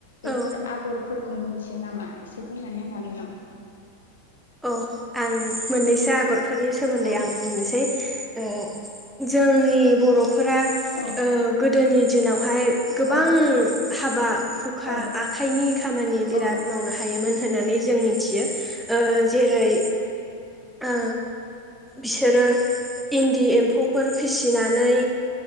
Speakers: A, on the left; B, in the centre.
A: बेफोर
B: औ
A: आगरफोरखौ मिथियो नामा एसे बुंनानै होनो हागोन नामा?
B: औ आं मोननैसो आगरफोरनि सोमोन्दै
A: औ
B: आं बुंनोसै ओ जोंनि बर'फोरा
A: औ
B: ओ गोदोनि दिनावहाय गोबां
A: औ
B: हाबा हुखा
A: औ
B: आखाइनि खामानि बिराद
A: औ ओ
B: मावनो हायोमोन होननानै जों मिथियो ओ जेरै ओ बिसोरो इन्दि एम्फौफोर फिसिनानै